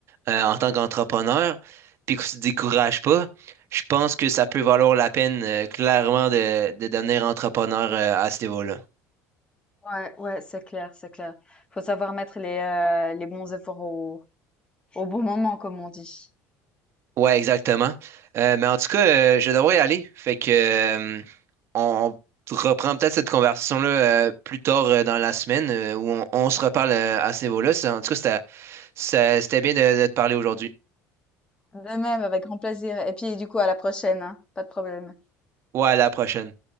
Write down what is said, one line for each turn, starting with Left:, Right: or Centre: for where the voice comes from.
Right: euh, en tant qu'entrepreneur, puis que tu te décourages pas, je pense que ça peut valoir la peine euh, clairement de, de devenir entrepreneur euh, à ce niveau-là.
Left: Ouais, ouais, c'est clair, c'est clair. Faut savoir mettre les, euh, les bons efforts au, au bon moment, comme on dit.
Right: Ouais, exactement. Euh, mais en tout cas, euh, je devrais y aller. Fait que euh, on reprend peut-être cette conversation-là euh, plus tard euh, dans la semaine euh, où on, on se reparle euh, à ce niveau-là. C'est- En tout cas, c'était ça- c'était bien de de te parler aujourd'hui.
Left: De même, avec grand plaisir. Et puis, du coup, à la prochaine, hein. Pas de problème.
Right: Ouais, à la prochaine.